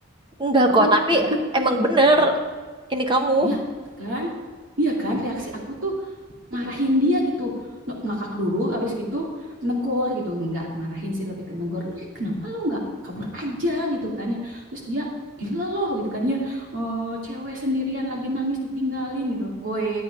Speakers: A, on the right; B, on the right.
A: Enggak
B: Aku
A: kok, tapi
B: takutnya
A: emang
B: gitu.
A: bener. Ini kamu.
B: Iya kan? Iya kan? Reaksi aku tuh marahin dia gitu Nge- ngakak dulu abis gitu negor gitu nggak marahin sih lebih ke negor "Eh, kenapa lo nggak kabur aja gitu kan ya terus dia gila loh gitu kan ya Eh, cewek sendirian lagi nangis ditinggalin gitu woi